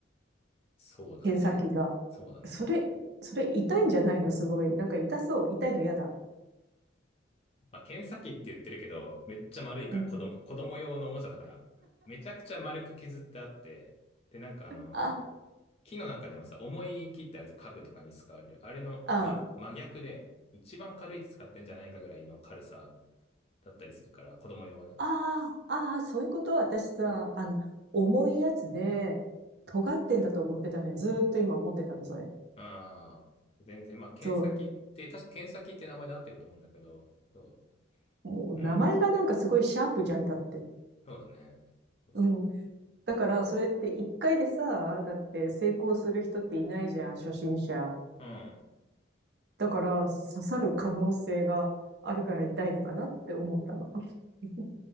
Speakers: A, on the left; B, on the right.
A: そうだね。
B: 検査機が。
A: そうだね。
B: それ、それ痛いんじゃないのすごい。なんか痛そう。痛いの嫌だ。
A: まあ、検査機って言ってるけど、めっちゃ丸いから、
B: うん。
A: 子供、子供用のおもちゃだから、めちゃくちゃ丸く削ってあって、で、なんかあの、
B: あ、
A: 木の中でもさ、重い木ってあるじゃん、家具とかに使われる。あれの、
B: あ、
A: ま、真逆で、一番軽い木使ってんじゃないかぐらいの軽さだったりするから、子供用はね。
B: ああ、ああ、そういうこと私さ、
A: うん
B: あの、重いやつで、尖ってんだと思ってたのよ。ずーっと今思ってたの、それ。
A: ああ、全然、まあ、検査機って、
B: そ
A: 確か検査機って名前で合ってると思うんだけど、そ
B: う。もう名前がなんかすごいシャープじゃんだって。
A: う、うん、そうだね。そうそう。
B: うん。だから、それって一回でさ、だって成功する人っていないじゃん、初心者。
A: うん、
B: だから、刺さる可能性があるから痛いのかなって思ったの。<laughs>